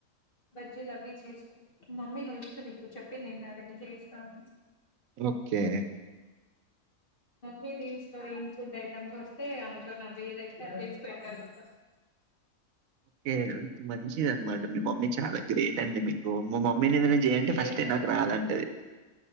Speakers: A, on the left; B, on the right.
A: బజ్జీ ల అవవి చేసుకో మమ్మీ న చే స్తుంది ఇప్పుడు చెప్పిందిన్నగానే చేయిస్తాను
B: ఒకే
A: అే దీస్ లో ఇన్ ఫుడ్ ఐటమ్స్ వస్తే అమెజాన్ అవబేద చేసి పెడతాను
B: ఓకే. మంచిదనమాట. మీ మమ్మీ చాలా గ్రేట్ అండి మీకు మా మమ్మీని ఏదైనా చేయయంంటే
A: గ్రేట్
B: ఫస్ట్ నాకు రాలంటది